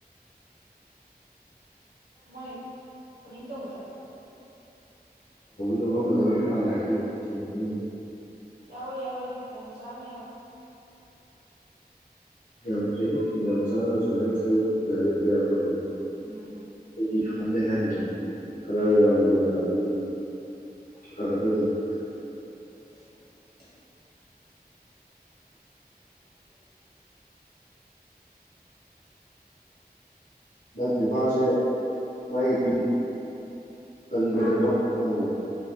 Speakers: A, on the right (about 85°); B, on the left (about 60°).
A: ꯃꯣꯏ ꯑꯣꯄꯅꯤꯡ ꯇꯧꯕꯗ
B: ꯂꯧꯔꯝꯒꯗꯧꯔꯤ ꯃꯥꯂ ꯍꯥꯏꯗꯤ ꯀꯩꯅꯣꯒꯤ
A: ꯌꯥꯎꯋꯦ ꯌꯥꯎꯋꯦ ꯗꯦꯝ ꯃꯆꯥ ꯑꯃ ꯌꯥꯎꯋꯦ
B: ꯌꯥꯝ ꯐꯩ ꯌꯥꯝ ꯃꯁꯥꯅ ꯁꯥꯟꯅ ꯌꯥ ꯌꯥꯔꯀꯁ
A: ꯎꯝ
B: ꯑꯗꯨꯗꯤ ꯈꯟꯗꯩ ꯍꯥꯏꯔꯤꯕꯅꯤ ꯈꯔ ꯌꯥꯝꯅ ꯌꯥꯔꯛꯑꯗꯤ ꯐꯒꯗꯕꯅꯤ
A: <inaudible> ꯎꯝ
B: ꯐꯤꯐꯥꯥꯁꯦ ꯥꯏ ꯊ ꯀꯔꯤ
A: ꯍꯥꯞ
B: ꯂꯝꯅ ꯂꯣ ꯈꯪꯉꯦ